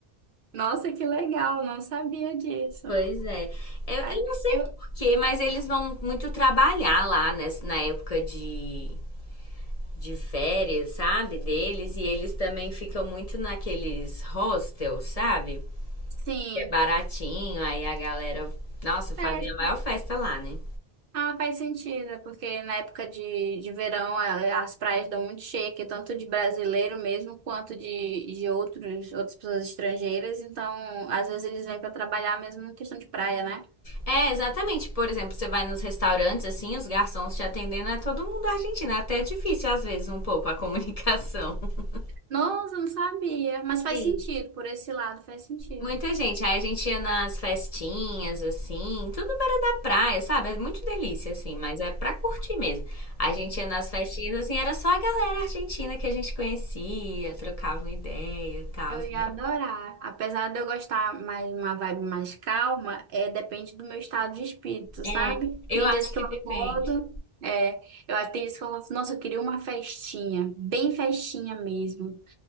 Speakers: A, on the right; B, on the left.
A: Nossa, que legal. Não sabia disso.
B: Pois é. Eu,
A: Ah,
B: eu não sei
A: eu.
B: porquê, mas eles vão muito trabalhar lá nessa, na época de, de férias, sabe? Deles. E eles também ficam muito naqueles hostels, sabe?
A: Sim.
B: Que é baratinho, aí a galera. Nossa, fazem
A: É.
B: a maior festa lá, né?
A: Ah, faz sentido, é porque na época de, de verão a- as praias dão muito cheia, aqui, tanto de brasileiro mesmo quanto de, de outros, outras pessoas estrangeiras. Então, às vezes eles vêm para trabalhar mesmo em questão de praia, né?
B: É, exatamente. Por exemplo, você vai nos restaurantes, assim, os garçons te atendendo, é todo mundo argentino. É até difícil, às vezes, um pouco a comunicação. <laughs>
A: Nossa, eu não sabia, mas faz
B: Sim.
A: sentido, por esse lado faz sentido.
B: Muita gente. Aí a gente ia nas festinhas, assim, tudo beira da praia, sabe? É muito delícia, assim, mas é pra curtir mesmo. A gente ia nas festinhas, assim, era só a galera argentina que a gente conhecia, trocava uma ideia e tal.
A: Eu
B: sabe?
A: ia adorar. Apesar de eu gostar mais uma vibe mais calma, é depende do meu estado de espírito,
B: É,
A: sabe?
B: eu
A: Tem
B: acho
A: dias que
B: que
A: eu
B: depende.
A: acordo, é, eu até- tem dias que eu falo, assim, nossa, eu queria uma festinha, bem festinha mesmo.